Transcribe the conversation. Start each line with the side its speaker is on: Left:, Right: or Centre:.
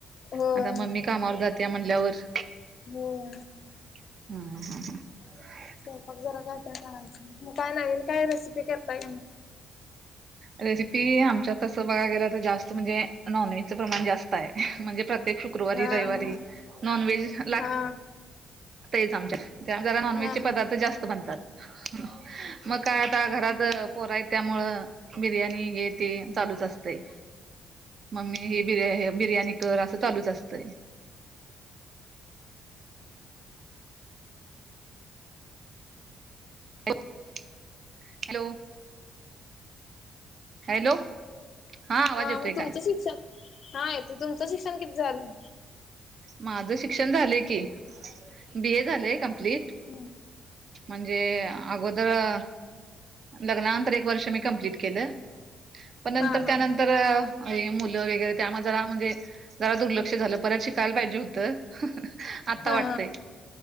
Left: होय
Right: आंता मम्मी कामांवर जाते यां म्हंणल्यांवर
Left: हो अं
Right: हम्मं हम्मं हम्मं
Left: स्वयंपाक जरां जास्तं कारायंचा मंग कायं नवीन कांहीं रेसिपी करतांय
Right: रेसिपी आमच्यांत तसं बघां गेलं तरं जास्तं म्हणजे नॉनव्हेजचं प्रमाणं जास्तं आहे म्हणजे प्र्य प्रत्येक शुक्रवारी
Left: हा
Right: रविवारी नॉन व्हेज लागतं
Left: हा
Right: लागतयचं आमच्या त्यां जरां नॉनव्हेजचे
Left: हा
Right: पदार्थ
Left: हा
Right: जास्तं बनतांत मंग कायं आंता घरांत पोरांय त्यांमुळं बिर्याणी, हे ते चालूच असतय. मम्मी हे बिर्या-बिर्याणी कर, असं चालूच असतंय. <unintelligible> हॅलो? हॅलो? हा आवाज
Left: हां,
Right: येतोय
Left: म
Right: काय
Left: तुमचं शिक्षण, हां येतोय, तुमचं शिक्षण किती झालंय?
Right: माझं शिक्षण झालंय की, बी ए झालंय, कम्प्लीट.
Left: ह.
Right: म्हणजे अगोदर अ लग्नानंतर एक वर्ष मी कंप्लीट केलं. पण नंतर,
Left: हा हा
Right: त्यानंतर आई, मुलं वगैरे त्यामध्ये जरा, म्हणजे जरा दुर्लक्ष झालं, परत शिकायला पाहिजे होतं. ह्हणं, आता
Left: हा
Right: वाटतय,